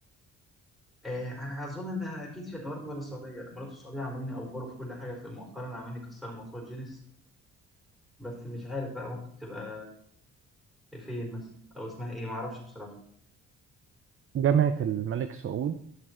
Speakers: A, in the centre; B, on the right.
A: آه، أنا أظن إنها أكيد في الإمارات ولا السعودية لا الإمارات والسعودية عاملين يأفوروا في كل حاجة في مؤخرا عاملين يكسروا موضوع جينيس بس مش عارف بقى ممكن تبقى فين مثلا أو اسمها إيه معرفش بصراحة
B: جامعة الملك سعود